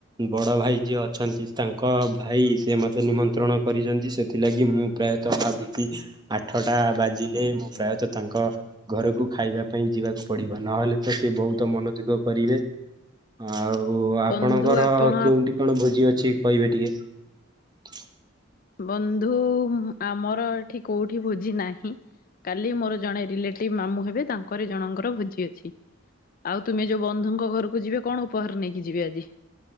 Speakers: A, on the right (about 20°); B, on the left (about 45°).
A: ବଡ଼ ଭାଇ ଯିଏ ଅଛନ୍ତି ତା ଙ୍କ ଭାଇ ସେ ମତେ ନିମନ୍ତ୍ରଣ କରିଛନ୍ତି ସେଥିଲାଗି ମୁଁ ପ୍ରାୟତଃ ଭାବୁଛି ଆଠଟା ବାଜିଲେ ମୁଁ ପ୍ରାୟତ ତାଙ୍କ ଘରକୁ ଖାଇବା ପାଇଁ ଯିବାକୁ ପଡ଼ିବ ନହେଲେ ତ ସେ ବହୁତ୍ ମ ମନ ଦୁଃଖ କରିବେ ଆଉ। ଓ ଆପଣଙ୍କର
B: ବନ୍ଧୁ ଆପଣ
A: କୋଉଠି କଣ ଭୋଜି ଅଛି କହିବେ ଟିକେ।
B: ବନ୍ଧୁ ଆମର ଏଠି କୋଉଠି ଭୋଜି ନାହିଁ। କାଲି ମୋର ଜଣେ ରିଲେଟିଭ୍ ମାମୁଁ ହେବେ ତାଙ୍କର ଜଣଙ୍କର ଭୋଜି ଅଛି। ଆଉ ତୁମେ ଯୋଉ ବନ୍ଧୁଙ୍କ ଘରକୁ ଯିବେ କଣ ଉପହାର ନେଇକି ଯିବେ ଆଜି।